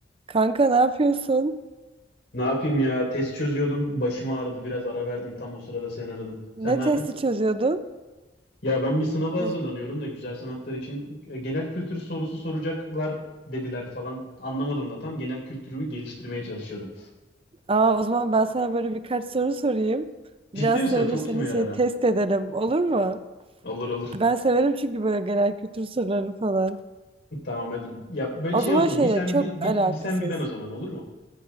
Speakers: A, on the right; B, on the left.
A: Kanka ne yapıyorsun?
B: Ne yapayım ya? Test çözüyordum. Başımı ağrıdı. Biraz ara verdim. Tam o sırada sen aradın. Sen
A: Ne
B: ne
A: testi
B: yapıyorsun?
A: çözüyordun?
B: Ya ben bir sınava
A: Ne?
B: hazırlanıyorum da güzel sanatlar için e, genel kültür sorusu soracaklar dediler falan. Anlamadım da tam genel kültürümü geliştirmeye çalışıyordum.
A: Aa, o zaman ben sana böyle birkaç soru sorayım.
B: Ciddi
A: Biraz
B: misin?
A: söylürseniz
B: Çok kime yarar
A: şey
B: ha?
A: test edelim olur mu?
B: Olur olur.
A: Ben severim çünkü böyle genel kültür soruları falan.
B: Tamam hadi. Ya böyle
A: O
B: şey
A: zaman
B: olsun.
A: şeyle
B: Bir sen
A: çok
B: bir, bir,
A: alakasız.
B: bir sen bir ben o zaman olur mu?